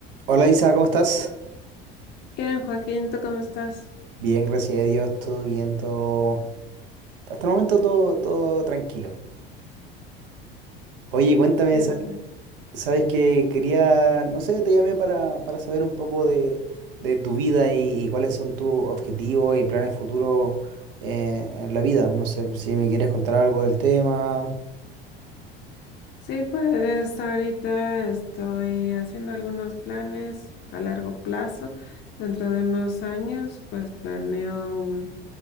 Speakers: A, on the right (about 70°); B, on the left (about 40°).
A: Hola Isa, ¿cómo estás?
B: Bien, Joaquín, ¿tú cómo estás?
A: Bien, gracias a Dios, todo bien, todo... Hasta el momento todo, todo tranquilo. Oye, cuéntame,
B: Esta.
A: sa- sabes que quería, no sé, te llamé para, para saber un poco de, de tu vida y, y cuáles son tus objetivos y planes futuros eh, en la vida. No sé si me quieres contar algo del tema.
B: Sí, pues ahorita estoy haciendo algunos planes a largo plazo. Dentro de unos años, pues planeo mm,